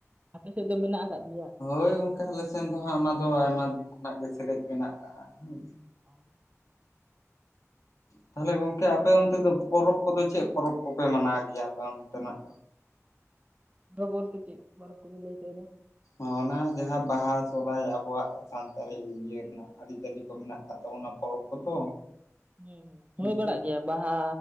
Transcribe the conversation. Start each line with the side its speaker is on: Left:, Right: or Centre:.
Right: ᱟᱯᱮ ᱥᱮᱫ ᱫᱚ ᱢᱮᱱᱟᱜ ᱟᱠᱟᱫ ᱜᱮᱭᱟ?
Left: ᱦᱳᱭ ᱜᱚᱝᱠᱮ ᱟᱞᱮ ᱥᱮᱱ ᱫᱚ ᱦᱟᱸᱜ ᱚᱱᱟ ᱫᱚ ᱟᱭᱢᱟ ᱫᱤᱱ ᱠᱷᱚᱱᱟᱜ ᱜᱮ ᱥᱮᱞᱮᱫ ᱢᱮᱱᱟᱜ ᱟᱠᱟᱟᱜ ᱦ ᱾
Right: ᱚ
Left: ᱛᱟᱦᱚᱞᱮ ᱜᱚᱝᱠᱮ ᱟᱯᱮ ᱚᱱᱛᱮ ᱫᱚ ᱯᱚᱨᱚᱵᱽ ᱠᱚᱫᱚ ᱪᱮᱫ ᱯᱚᱨᱚᱵᱽ ᱠᱚᱯᱮ ᱢᱟᱱᱟᱣ ᱜᱮᱭᱟ ᱟᱯᱮ ᱚᱱᱛᱮᱱᱟᱜ?
Right: <unintelligible> ᱵᱟᱞᱛᱮ ᱪᱮᱫ ᱯᱚᱨᱚᱵ ᱠᱚᱵᱤᱱ ᱞᱟᱹᱭ ᱦᱚᱪᱚᱭᱟ?
Left: ᱦᱚᱸ ᱚᱱᱟ ᱡᱟᱦᱟᱸ ᱵᱟᱦᱟ ᱥᱚᱦᱚᱨᱟᱭ ᱟᱵᱚᱣᱟᱜ ᱥᱟᱱᱛᱟᱲᱤ ᱤᱭᱟᱹ ᱨᱮᱱᱟᱜ ᱟᱹᱨᱤᱪᱟᱹᱞᱤ ᱠᱚ ᱢᱮᱱᱟᱜ᱾ ᱟᱛᱚ ᱚᱱᱟ ᱯᱚᱨᱚᱵᱽ ᱠᱚᱫᱚ
Right: ᱦᱮᱸ ᱦᱩᱭ
Left: ᱦᱮᱸᱥᱮ
Right: ᱵᱟᱲᱟ ᱜᱮᱭᱟ ᱵᱟᱦᱟ